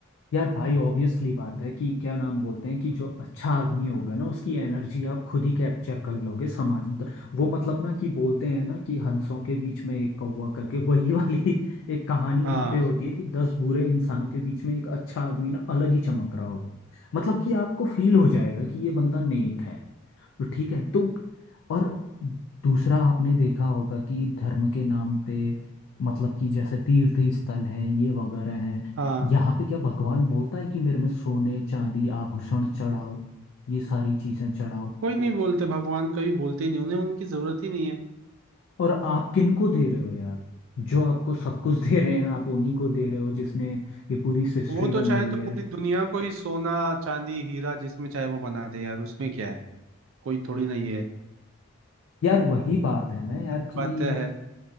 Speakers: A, on the left (about 60°); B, on the right (about 65°).
A: यार भाई ऑब्वियसली बात है कि क्या नाम बोलते हैं कि जो अच्छा आदमी होगा ना उसकी एनर्जी आप खुद ही कैप्चर कर लोगे समाज द- वो मतलब ना कि बोलते हैं ना कि हंसों के बीच में एक कौवा करके वही वाली <laughs> एक कहानी
B: हाँ
A: यहाँ पे होती है कि दस बुरे इंसानों के बीच में एक अच्छा आदमी ना अलग ही चमक रहा होता है मतलब कि आपको फील हो जाएगा कि ये बंदा नेक है तो ठीक है तो और दूसरा आपने देखा होगा कि धर्म के नाम पे मतलब कि जैसे तीर्थ स्थल हैं ये वगैरह हैं
B: हाँ
A: यहाँ पे क्या भगवान बोलता है कि मेरे में सोने चांदी आभूषण चढ़ाओ ये सारी चीजें चढ़ाओ
B: कोई नहीं बोलते भगवान कभी बोलते ही नहीं उन्हें उनकी जरूरत ही नहीं है
A: और आप किनको दे रहे हो यार जो आपको सब कुछ दे रहे हैं आप उन्हीं को दे रहे हो जिसने ये पूरी सृष्टि
B: वो तो
A: बनाई
B: चाहे तो
A: है
B: पूरी दुनिया को ही सोना चांदी हीरा जिसमें चाहे वो बना दे यार उसमें क्या है कोई थोड़ी ना ये है
A: यार वही बात है ना यार
B: सच
A: कि
B: बात है